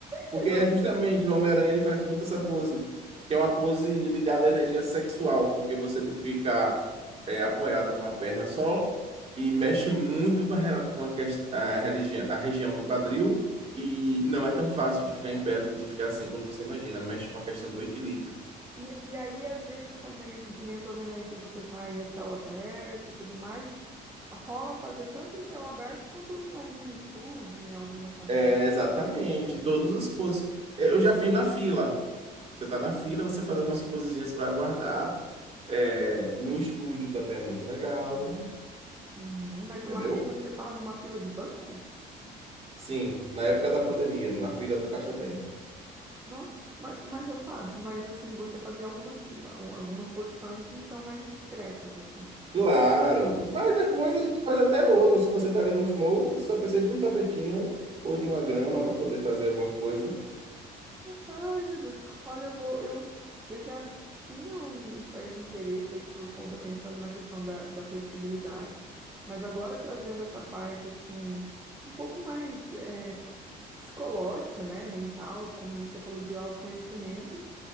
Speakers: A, on the right (about 35°); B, on the right (about 20°).
A: Porque
B: Que nome?
A: é justamente o Homem-Aranha, ele faz muito essa pose, que é uma pose ligada à energia sexual, porque você tem que ficar é, apoiado numa perna só e mexe muito com a, re- com a, quest- a religião, a região do quadril e não é tão fácil de ficar em pé, de ficar assim quando você imagina, mexe com a questão do equilíbrio.
B: E, e aí, às vezes também, assim, que nem eu tô vendo aí que você tá aí a céu aberto e tudo mais, rola fazer tanto em céu aberto quanto em algum estúdio, em alguma academia.
A: É, exatamente, todas as poses. É, Eu já fiz na fila. Você tá na fila, você faz algumas posezinhas para aguardar. É, no estúdio também é muito legal,
B: Uhum, Mas
A: entendeu?
B: numa fila, você fala numa fila de banco?
A: Sim, na época da pandemia, na fila do caixa tem.
B: Nossa, mas, mas ô Fábio, mas assim, você fazia algumas, algumas posições então mais discretas, assim.
A: Claro, mas depois a gente faz até outras. Se você tá ali no flow, só precisa de um tapetinho ou de uma grama para poder fazer alguma coisa.
B: Ai, meu Deus. Olha, eu vou, eu, eu já tinha um um certo interesse aí por conta, pensando na questão da, da flexibilidade, mas agora trazendo essa parte assim, um pouco mais é, psicológica, né, mental, como você falou, de autoconhecimento,